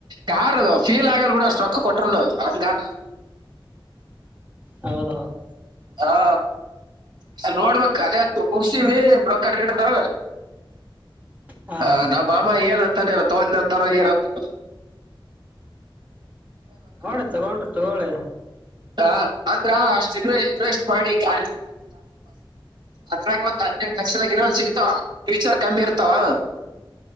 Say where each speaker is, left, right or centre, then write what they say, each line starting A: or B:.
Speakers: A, on the right; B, on the right.
A: ಯಾರ್ ಅದು. ಫೀಲ್ ಆಗಲ್ಲ ಬಿಡು ಕೂಡ ಅಷ್ಟ ರೊಕ್ಕ ಕೊಟ್ಟರಿಲ್ಲೊ ಹಂಗಾತ್.
B: ಹೌದೌದು
A: ಹಾ ಸರ್ ನೋಡ್ಬೇಕ್. <unintelligible>
B: ಹಾ
A: ಆ
B: ಹಾ
A: ನಮ್ ಮಾಮ ಏನ <unintelligible>
B: ನೋಡಿ ತಗೊಂಡ್ ತಗೊಳ್ಳಿ.
A: ಹ ಅಂದ್ರ್ ಅಷ್ಟ ಏನೋ ಇನ್ವೆಸ್ಟ್ ಮಾಡಿ <unintelligible> ಆತ್ರಾಗ್ ಒಂದ್ ಹದಿನೆಂಟ ಲಕ್ಷದಾಗ ಏನೋ ಒಂದ್ ಸಿಗತಾವ. ಫಿಚ್ಚರ್ ಕಮ್ಮಿ ಇರ್ತಾವ.